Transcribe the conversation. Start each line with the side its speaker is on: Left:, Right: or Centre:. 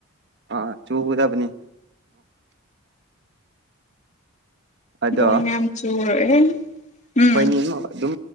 Right: ꯑꯥ ꯆꯨꯗꯕꯅꯤ ꯑꯗꯣ
Left: ꯂꯣꯡ ꯌꯥꯝ ꯆꯨꯔꯦ
Right: ꯑꯩꯈꯣꯏꯅꯤ
Left: ꯎꯝ
Right: ꯑꯗꯨꯝ